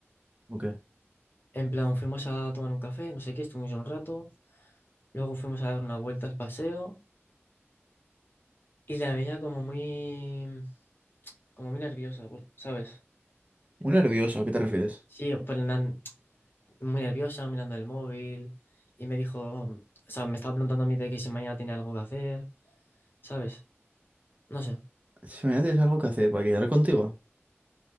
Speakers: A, on the right (about 30°); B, on the left (about 45°).
A: ¿O qué?
B: En plan, fuimos a tomar un café, no sé qué, estuvimos un rato, luego fuimos a dar una vuelta al paseo y la veía como muy, como muy nerviosa, por- ¿sabes?
A: Muy nervioso, ¿a qué te refieres?
B: Sí, pues, na- muy nerviosa, mirando el móvil y me dijo, o sea, me estaba preguntando a mí de que si mañana tenía algo que hacer, ¿sabes? No sé,
A: Si mañana tienes algo que hacer para quedar contigo.